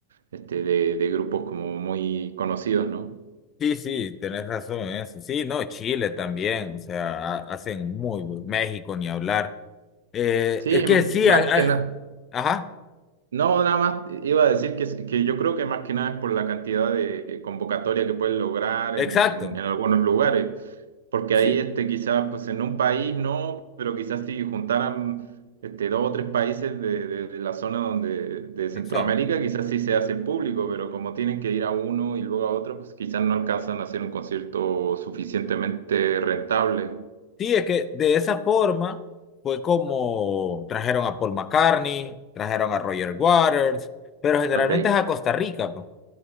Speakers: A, on the right; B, on the left.
A: este, de, de grupos como muy conocidos, ¿no?
B: Sí, sí, tenés razón en eso. Sí, no, Chile también, o sea, ha- hacen muy buen México ni hablar. Eh,
A: Sí,
B: es que
A: más
B: sí, hay- hay-
A: que nada.
B: ajá,
A: No, nada más iba a decir que, es- que yo creo que más que nada es por la cantidad de convocatoria que pueden lograr
B: exacto,
A: en, en- en algunos lugares, porque
B: sí,
A: ahí este, quizás pues en un país no, pero quizás si juntaran este, dos o tres países de, de- de la zona donde, de Centroamérica,
B: exacto.
A: quizás sí se hace público, pero como tienen que ir a uno y luego a otro, pues quizás no alcanzan a hacer un concierto suficientemente rentable.
B: Sí, es que de esa forma fue como trajeron a Paul McCartney, trajeron a Roger Waters, pero generalmente
A: Ok,
B: es a Costa Rica, pues,